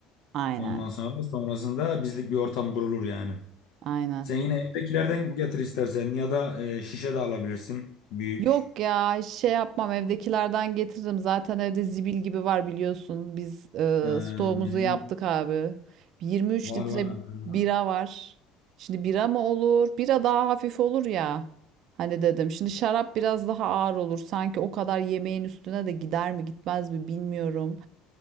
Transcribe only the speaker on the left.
Ondan sonra sonrasında bizlik bir ortam kurulur yani.
Sen yine evdekilerden getir istersen ya da e, şişe de alabilirsin. Büyük.
Ee,
var
var haberim
var.